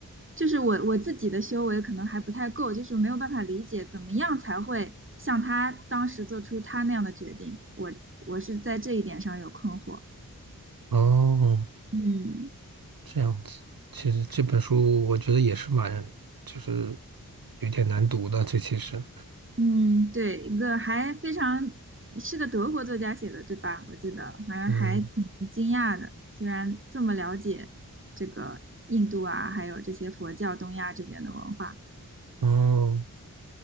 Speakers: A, on the right (about 35°); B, on the right (about 85°).
A: 就是我我自己的修为可能还不太够，就是没有办法理解怎么样才会像他当时做出他那样的决定。我我是在这一点上有困惑。
B: 哦，
A: 嗯
B: 这样子。其实这本书我觉得也是蛮，就是有点难读的。这其实，
A: 嗯，对，一个还非常是个德国作家写的，对吧？我记得好像还挺惊讶的，
B: 嗯，
A: 居然这么了解这个印度啊，还有这些佛教东亚这边的文化。
B: 哦。